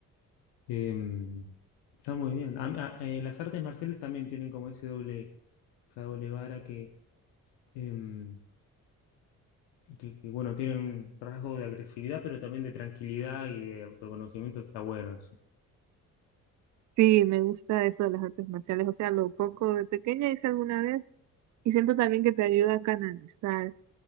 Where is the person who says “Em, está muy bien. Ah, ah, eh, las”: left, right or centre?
Left